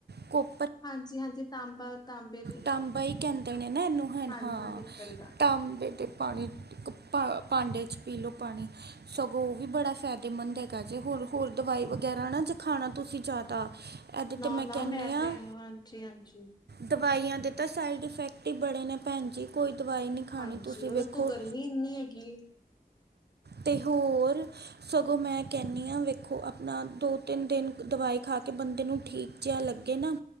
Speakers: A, on the right; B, on the left.
A: ਕੋਪ
B: ਹਾਂਜੀ, ਹਾਂਜੀ, ਤਾਂਬਾ, ਤਾਂਬੇ
A: ਤਾਂਬਾ ਹੀ ਕਹਿੰਦੇ ਨੇ ਨਾ ਇਹਨੂੰ ਹੈ
B: ਹਾਂਜੀ
A: ਹਾਂ,
B: ਪਿੱਤਲ ਦਾ
A: ਤਾਂਬੇ ਦੇ ਪਾਣੀ ਭ, ਭਾਂਡੇ 'ਚ ਪੀ ਲਓ ਪਾਣੀ। ਸਗੋਂ ਉਹ ਵੀ ਬੜਾ ਫ਼ਾਇਦੇਮੰਦ ਹੈਗਾ ਜੇ, ਹੋਰ, ਹੋਰ ਦਵਾਈ ਵਗੈਰਾ ਨਾ ਜੇ ਖਾਣਾ ਤੁਸੀਂ ਜ਼ਿਆਦਾ ਐਦੇ
B: ਨਾ-ਨਾ
A: ਤੇ ਮੈਂ ਕਹਿਨੀ ਆ
B: ਤੇ ਹਾਂਜੀ-ਹਾਂਜੀ-ਹਾਂਜੀ
A: ਦਵਾਈਆਂ ਦੇ ਤਾਂ ਸਾਈਡ ਇਫੈਕਟ ਹੀ ਬੜੇ ਨੇ ਭੈਣ ਜੀ, ਕੋਈ ਦਵਾਈ ਨਹੀਂ ਖਾਣੀ
B: ਹਾਂਜੀ,
A: ਤੁਸੀਂ
B: ਹੋਰ
A: ਵੇਖੋ
B: ਉਤੋਂ ਗਰਮੀ ਏਨੀ ਹੈਗੀ ਏ।
A: ਤੇ ਹੋਰ। ਸਗੋਂ ਮੈਂ ਕਹਿੰਨੀ ਆਂ, ਵੇਖੋ ਆਪਣਾ ਦੋ- ਤਿੰਨ ਦਿਨ ਦਵਾਈ ਖਾ ਕੇ ਬੰਦੇ ਨੂੰ ਠੀਕ ਜਿਆਂ ਲੱਗੇ ਨਾ